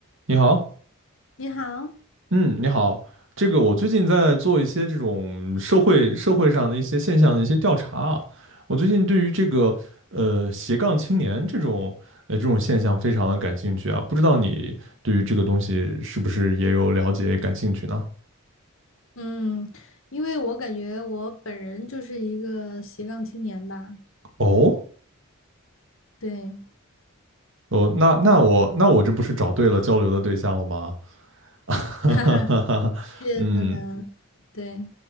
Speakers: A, on the right; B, on the left.
A: 你好，
B: 你好，
A: 嗯，你好，这个我最近在做一些这种社会社会上的一些现象的一些调查啊，我最近对于这个呃斜杠青年这种呃这种现象非常的感兴趣啊，不知道你对于这个东西是不是也有了解感兴趣呢？
B: 嗯，因为我感觉我本人就是一个斜杠青年吧，
A: 哦，
B: 对，
A: 哦，那那我那我这不是找对了交流的对象了吗？<laughs> 哈哈哈哈嗯
B: <laughs> 是的呢，对，